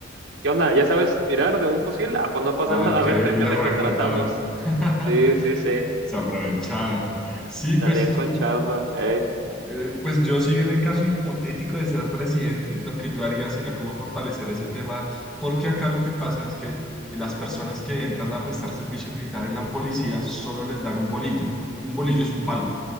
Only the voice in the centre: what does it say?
Ah,
ok,
y
los
reclutaban.
<laughs>
se aprovechaban. Sí, pues
yo, eh,
eh, pues yo sí en el caso hipotético de ser presidente, lo que yo haría sería como fortalecer ese tema, porque acá lo que pasa es que las personas que entran a prestar servicio militar en la policía solo les dan un bolillo. Un bolillo es un palo,